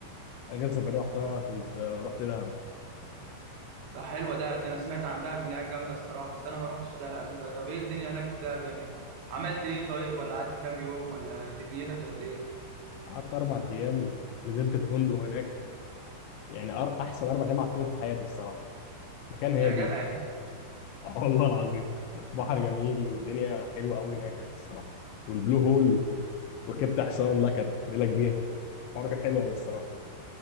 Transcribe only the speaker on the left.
اخر سفريه رحتها كنت آه، رحت دهب
قعدت اربع ايام نزلت في فندق هناك يعني أر... احسن اربع ايام قعدتهم في حياتي الصراحه مكان هادي
اه والله العظيم بحر جميل والدنيا حلوه قوي هناك يعني الصراحه والبلو هول وركبت حصان لا كانت ليله كبيره الحوار كان حلو قوي الصراحه